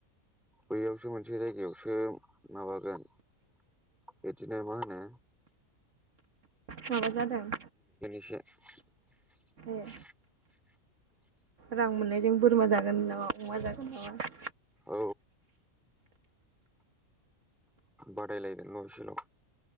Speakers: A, in the centre; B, on the right (about 65°).
A: बैयावसो मोनसे जायगायावसो माबागोन बिदिनो मा होनो
B: माबा जादों।
A: <unintelligible>
B: ए रां मोननायजों बोरमा जागोन नामा अमा जागोन नामा।
A: औ बादायलायदों न' इसेल'।